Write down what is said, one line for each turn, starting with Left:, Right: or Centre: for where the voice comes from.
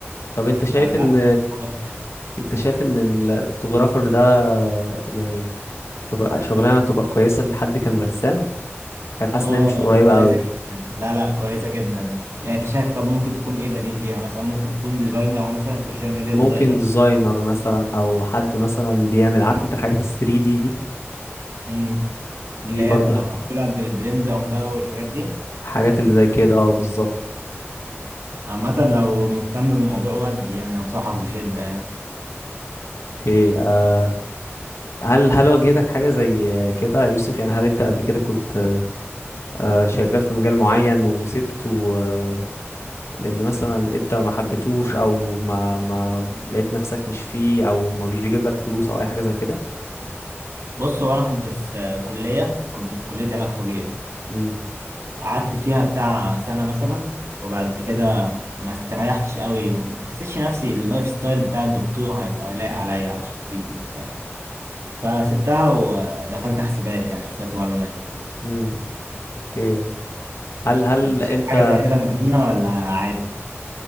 Left: طب انت شايف
Right: فلا
Left: ان
Right: الموضوع كده
Left: انت شايف ان ال- الفوتوغرافر ده يعني شغل- شغلانه تبقى كويسه لحد كان رسام شايف حاسس
Right: اه
Left: ان هي مش قريبه
Right: كويسة
Left: قوي
Right: جدا لا لا كويسة جدا يعني انت شايف طب ممكن تكون ايه بديل ليها مثلا ممكن تكون ديزاينر مثلا سوشيال ميديا
Left: ممكن
Right: ديزاينر
Left: ديزاينر مثلا او حد مثلا بيعمل عارف انت الحاجات ال 3 دي دي
Right: امم اللي
Left: دي
Right: هي
Left: برضو
Right: بتبقى
Left: ح-
Right: معمولة ببلندر بقى والحاجات دي
Left: الحاجات اللي زي كده اه بالظبط
Right: عامة لو مهتم بالموضوع ودي يعني انصحك بشدة يعني
Left: اوكي آه، هل هل واجهتك حاجة زي آه، كده يا يوسف يعني هل انت قبل كده كنت آه، آه، شغال في مجال معين وسبته آه، لان مثلا انت ما حبيتهوش او ما ما لقيت نفسك مش فيه او ما مش بيجيب لك فلوس او اي حاجة زي كده
Right: بص هو انا كنت في كلية كنت في كلية علاج طبيعي
Left: امم
Right: قعدت فيها بتاع سنة مثلا وبعد كده ما استريحتش قوي وما حسيتش نفسي اللايف ستايل بتاع الدكتور هيبقى لايق عليا على شخصيتي وبتاع فسبتها ودخلت حاسبات يعني حسابات ومعلومات
Left: امم اوكي هل هل
Right: انت
Left: انت
Right: شايف حاجة زي كده مجنونة ولا عادي؟